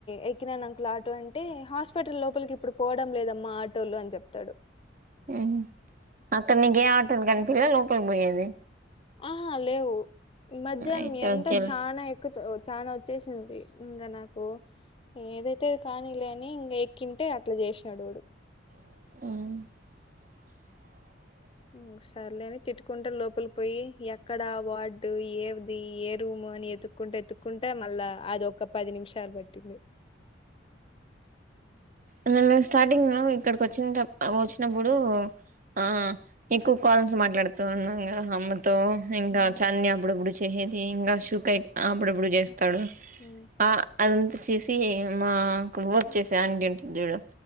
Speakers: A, on the left; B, on the right.
A: ఎక్కినాను అంకుల్ ఆటో అంటే హాస్పిటల్ లోపలికి ఇప్పుడు పోవడం లేదమ్మా ఆటోలు అని చెప్తాడు
B: ఉ అక్కడ నీకు ఏ ఆటోలు కనిపిలేద లోపలికి పోయేది
A: ఆహా లేవు మధ్యాహ్నం
B: అయితే
A: ఎండా
B: ఓకేలే
A: చానా ఎక్కుత చానా చేసింది ఇంగా నాకు ఏదైతే అది కానీలే అని ఇంగ ఎక్కింటే అట్లా చేసినాడు వాడు
B: హ్
A: ఇంగా సర్లే అని తిట్టుకుంట లోపలి పోయి ఎక్కడా వార్డు ఏది ఏ రూమ్ అని ఎతు వెతుక్కుంటా ఎత్తుక్కుంట మళ్ళా అది ఒక పది నిమిషాలు పట్టింది
B: ఉ నిన్న స్టార్టింగ్ మేము ఇక్కడికి వచ్చినత్ వచ్చినప్పుడు ఆ ఎక్కువ కాల్స్ మాట్లాడుతూ ఉన్నాను కదా అమ్మతో ఇంకా
A: ఉమ్
B: చన్ని అప్పుడప్పుడు చేసేది ఇంకా షూకాయ్ అప్పుడప్పుడు చేస్తాడు
A: హు
B: ఆ అదంతా చూసి మా వర్క్ చేసే ఆంటీ ఉంటది చూడు